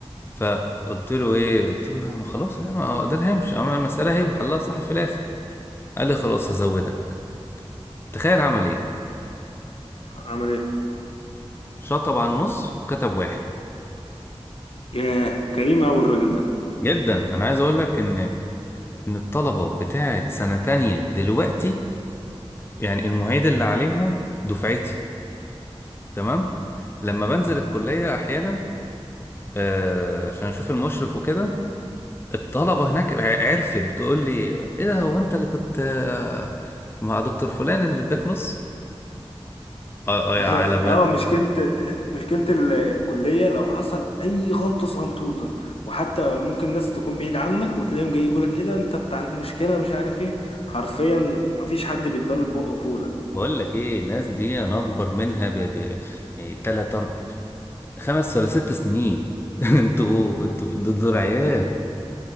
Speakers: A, on the left (about 25°); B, on the left (about 65°).
A: فقلت له ايه قلت له يعني خلاص يعني ما- ده الهامش اما المسألة اهي وحلها صح في الاخر قال لي خلاص هزودك تخيل عمل ايه
B: عمل ايه
A: شطب على النص وكتب واحد
B: ياه كريم اوي الراجل ده
A: جدا انا عايز اقول لك ان ان الطلبه بتاعه سنه تانية دلوقتي يعني المعيد اللي عليهم دفعتي تمام لما بنزل الكليه احيانا آه عشان اشوف المشرف وكده الطلبه هناك ع- عرفت بتقول لي ايه ده هو انت اللي كنت آه مع دكتور فلان اللي اداك نص اه اه
B: <laughs>
A: يا علامات
B: اه مشكلة مشكلة ال- الكلية لو حصل أي غلطة صغنطوطة وحتى ممكن ناس تكون بعيد عنك وتلاقيهم جاي يقولك ايه ده انت بتاع المشكلة مش عارف ايه حرفيا مفيش حد بيتبل بقه فولة
A: بقول لك ايه الناس دي انا اكبر منها ب... ب... يعني تلات اربع خمس ولا ست سنين <laughs> انتوا انتوا دول عيال